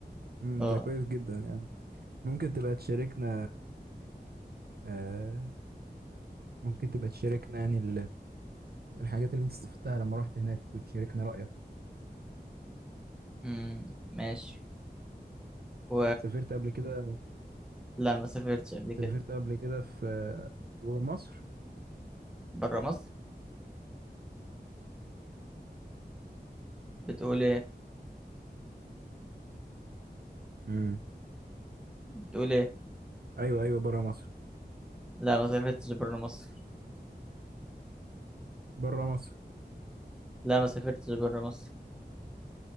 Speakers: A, on the right; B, in the centre.
A: مم.
B: أه
A: ده كويس جدا يعني ممكن تبقى تشاركنا آه ممكن تبقى تشاركنا يعني ال- الحاجات اللي انت استفدتها لما رحت هناك وتشاركنا رأيك
B: أمم، ماشي و
A: سافرت قبل كده
B: لا ما سافرتش قبل كده
A: سافرت قبل كده في آه، جوه مصر
B: برا مصر بتقول إيه
A: مم.
B: بتقول إيه
A: ايوه ايوه بره مصر
B: لا ما سافرتش برا مصر
A: بره مصر
B: لا ما سافرتش برا مصر